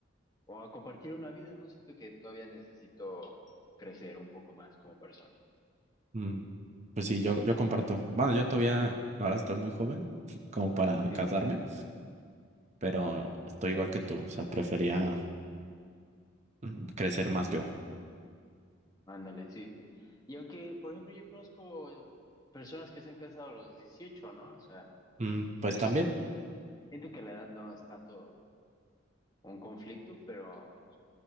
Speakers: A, on the left (about 20°); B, on the right (about 35°).
A: o a compartir una vida, ¿no? Siento que todavía necesito crecer un poco más como persona.
B: Mm, Pues sí, yo, yo comparto. Bueno, yo todavía, ahora estoy muy joven <laughs> como para
A: Sí,
B: casarme, pero estoy igual que tú. O sea, prefería mm, crecer más yo.
A: ándale, sí. Y aunque, por ejemplo, yo conozco personas que se han casado a los dieciocho ¿no? O sea,
B: Mm, Pues
A: pues
B: también,
A: siento que la edad no es tanto un conflicto, pero